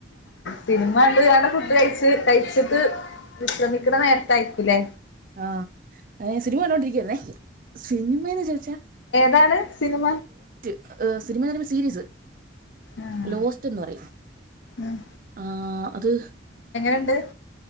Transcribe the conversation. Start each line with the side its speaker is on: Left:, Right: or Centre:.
Left: സിനമ കണ്ട് കാണ്ട് ഫുഡ്‌ കയിച് കഴിച്ചിട്ട് വിശ്രമിക്ക്ണ നേരത്തായിരിക്കുല്ലേ
Right: ആഹ് എഹ് സിനിമ കണ്ടോണ്ടിരിക്കായ്‌ര്ന്നേ സിനിമെന്ന് ചോയിച്ചാ
Left: താണ് സിനിമ?
Right: ഏഹ് സിനിമന്നങ്കി സീരീസ്
Left: ആഹ്
Right: ലോസ്റ്റ്ന്ന് പറയും
Left: ഉം
Right: ആഹ് അത്
Left: ണ്ട്